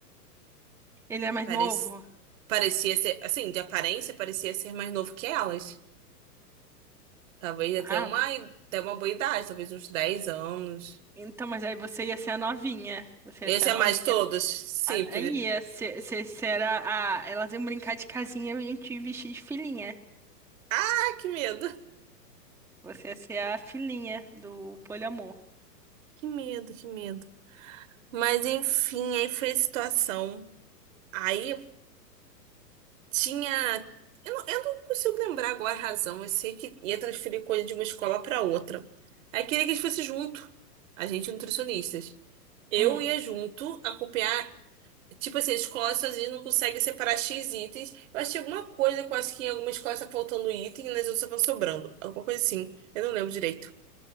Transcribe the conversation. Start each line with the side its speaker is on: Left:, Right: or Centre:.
Centre: Ele é mais
Right: Parec-
Centre: novo?
Right: Parecia ser, assim, de aparência, parecia ser mais novo que elas. Talvez até
Centre: Ah,
Right: uma, até uma boa idade, talvez uns 10 anos.
Centre: então, mas aí você ia ser a novinha. Você
Right: Esse
Centre: ia ser a
Right: é
Centre: novinha.
Right: mais todos? Sim,
Centre: a-
Right: porque
Centre: Aí
Right: ele...
Centre: ia ser, ser, ser a, a- Elas iam brincar de casinha e iam te vestir de filhinha.
Right: Ah, que medo.
Centre: Você ia ser a filhinha do poliamor.
Right: Que medo, que medo. Mas enfim, aí foi a situação. Aí tinha. Eu não, eu não consigo lembrar agora a razão. Eu sei que ia transferir coisa de uma escola para outra. Aí queria que a gente fosse junto. A gente, nutricionistas. Eu
Centre: Hum,
Right: ia junto acompanhar Tipo assim, as escolas sozinhas não conseguem separar X itens. Eu achei alguma coisa, que eu acho que em alguma escola tá faltando um item e nas outras estão sobrando. Alguma coisa assim. Eu não lembro direito.